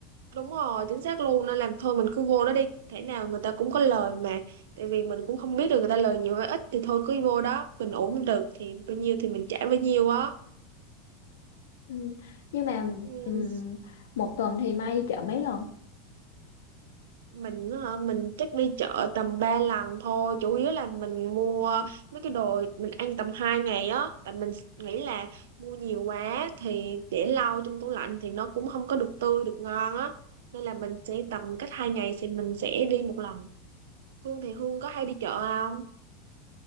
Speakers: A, on the right (about 80°); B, on the left (about 80°).
A: Đúng rồi, chính xác luôn nên làm thôi mình cứ vô đó đi, thể nào người ta cũng có lời mà. Tại vì mình cũng không biết được người ta lời nhiều hay ít thì thôi cứ vô đó, mình ổn được thì bao nhiêu thì mình trả bấy nhiêu á.
B: Ừ. Nhưng mà
A: Ừ,
B: ừm, một tuần thì Mai đi chợ mấy lần?
A: Mình hả, mình chắc đi chợ tầm 3 lần thôi, chủ yếu là mình mua mấy cái đồ mình ăn tầm 2 ngày á, tại mình nghĩ là mua nhiều quá thì để lâu trong tủ lạnh thì nó cũng không có được tươi được ngon á. Nên là mình sẽ tầm cách 2 ngày thì mình sẽ đi một lần. Hương thì Hương có hay đi chợ không?